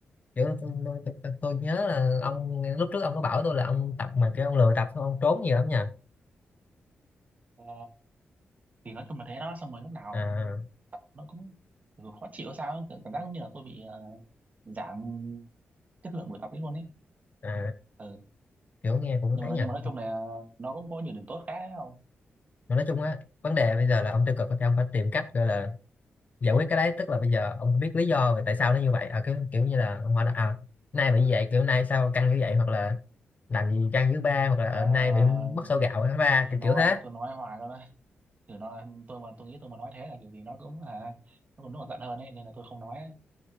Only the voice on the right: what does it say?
Ờ, thì nói chung là thế đó xong rồi lúc nào
nó cũng kiểu khó chịu sao ấy, kiểu cảm giác giống như là tôi bị ờ, giảm chất lượng buổi tập ấy luôn ấy
ừ.
nhưng
mà nó-
nhưng mà nói chung là nó cũng có nhiều điểm tốt khác ấy không
Trời
tôi
nói
tôi nói hoài luôn á từ nó tôi mà tôi nghĩ tôi mà nói thế là kiểu gì nó cũng à, nó còn nó còn giận hơn ấy nên là tôi không nói ấy.